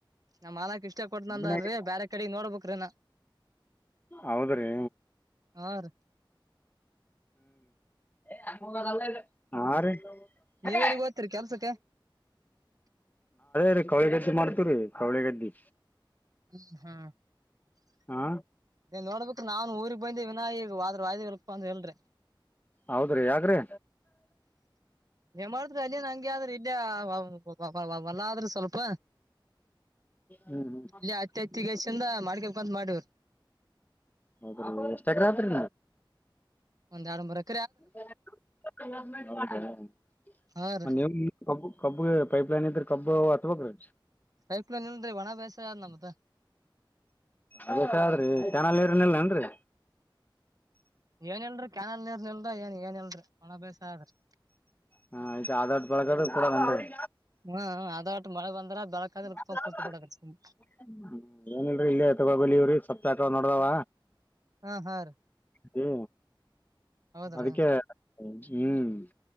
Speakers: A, on the right; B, on the left.
A: ನಮ್ ಮಾಲಾಕ್ ಇಷ್. ಸ್ಟೆ ಕೊಡ್ತುನದರ್
B: ಒಬ್ಬನ್ಯಾಗ
A: ರೀ ಬೇರೆ ಕಡೆಗೆ ನೋಡ್ಬೇಕ್. <unintelligible>
B: ಹೌದ್ರಿ
A: ಹಾ ರೀ
B: ನಮ್ಮೂರಗ ಅಲ್ಲ ಇದು ಹಾ ರೀ
A: ನೀವೆಲ್ಲಿಗ್
B: ಅದೇ
A: ಹೋಗ್ತೀರಿ ಕೆಲ್ಸಕ್ಕೆ
B: ರೀ. ಕೌಳಿ ಗದ್ದೆ ಮಾಡ್ತವ್ರೀ ಕೌಳಿಗದ್ದಿ.
A: ಹ್ಮ್ ಹ್ಮ್
B: ಹಾ
A: ನೀನ್ ನೋಡ್ಬೇಕು ನಾನ್ ಊರಿಗ್ ಬಂದಿವ್ ಇನ ಈಗ್. ವಾದ್ರೆ ವದ್ವಿ ಇಲ್ಲ ಪ ಅಂದ್ರ ಇಲ್ಲ್ ರಿ.
B: ಹೌದ್ರಿ ಯಾಕ್ರೀ.
A: ಏನ್ ಮಾಡ್ತಾ ರೀ ಅಲ್ಲಿನ್ ಹಂಗೆ ಆದ್ರರು ಇಲ್ಲೇ ವ ವಾಲಾ ಆದ್ರಿ. ಸ್ವಲ್ಪ
B: ಹ್ಮ್ ಹ್ಮ್
A: ಇಲ್ಲಿ ಅತ್ಯತ್ಯಗಸಿಂದ ಮಾಡ್ಕಬೇಕಂತ ಮಾಡಿವ್ರಿ
B: ಹೌದ್ರಿ ಎಷ್ಟ ಎಕರೆ ಆತ್ರಿ
A: ಒಂದ್ ಎರಡು ಮೂರು ಎಕ್.
B: ಹೌದ <unintelligible>
A: ಹಾ ರೀ
B: ಕಬ್ ಪೈಪ್ ಲೈನ್ ಇದ್ರೆ ಕಬ್ಬ ಅಚ್ಬೇಕ್ರಿ.
A: ಪೈಪ್ ಲೈನ್ ಇಲ್ರಿ ಒಣ ಬೇಸಾಯ ಆದ್ ನಮ್ದ
B: ಅದಕ್ಕಾದ್ರೀ ಕ್ಯಾನಲ್ ನೀರ್ ಕೂಡ ಇಲ್ಲೇನ್ರಿ.
A: ಏನೇಲ್ರರಿ ಕ್ಯಾನಲ್ ನೀರ್ನಲ್ರ ಏನ್ ಏನ್ಲ್ರರಿ ಒಣ ಬೇಸ ಅಗ್ಯಾದ್ರಿ.
B: ಹ ಅಡಟ್ ಬೆಳಗದು ಬುಡದ್ ಏನ್ರೀ.
A: ಹ್ಮ್ ಅದ ಒಟ್ ಮಳೆ ಬಂದ್ರ. ಬೆಳಕಾದ್ರ
B: ಹ
A: ಕುಂತ್ ಬಿಡದ್ರಿ ಸುಮ್
B: ಏನಲ್ರೀ ಇಲ್ಲೇ ತಗೋಬಳವ್ರಿ ಸಪ್ತಾಕ ನಡ್ದಾವ.
A: ಹಾ ಹಾ ರೀ
B: ಹೇ
A: ಹೌದ್ರಿ
B: ಅದಕ್ಕೆ ಹ್ಮ್